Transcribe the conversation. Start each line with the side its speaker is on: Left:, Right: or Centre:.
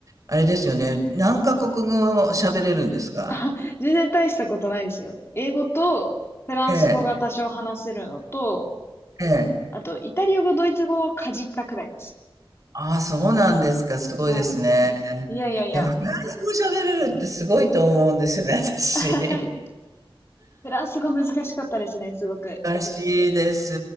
Right: あれですよね、何カ国語喋れるんですか
Left: <laughs> あ、全然大したことないですよ。英語とフランス語が多少話せるのと、
Right: ええ、ええ。
Left: あと、イタリア語、ドイツ語をかじったくらいです。
Right: ああ、そうなんですか、すごいですね。
Left: はい。いやいやいや。
Right: でも、フランス語喋れるってすごいと思うんですよね、私。
Left: <laughs> フランス語難しかったですね、すごく。
Right: 難しいです。